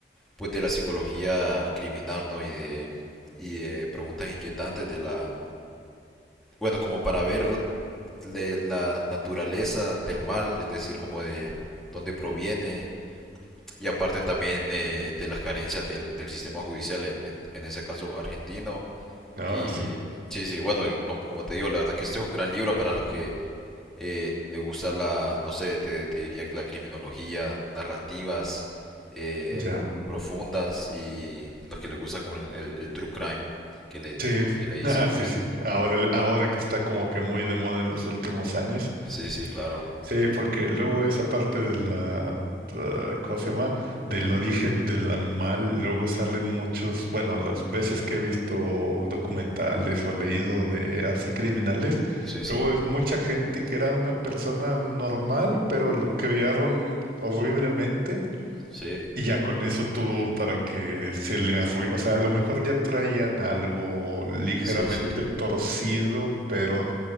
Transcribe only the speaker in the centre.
pues de la psicología criminal, ¿no? Y de, y de preguntas inquietantes de la... Bueno, como para ver de la naturaleza del mal, es decir, como de dónde proviene, y aparte también eh, de las carencias del, del sistema judicial en, en, en ese caso argentino.
Y
sí, sí, bueno, y com- como, te digo, la verdad que este es un gran libro para los que eh, le gusta la, no sé, te, te diría que la criminología, narrativas eh,
profundas y los que les gusta como el, el- el true crime que le,
que le
dicen
los.
Sí, sí, claro.
Sí, sí,
sí,
sí, sí.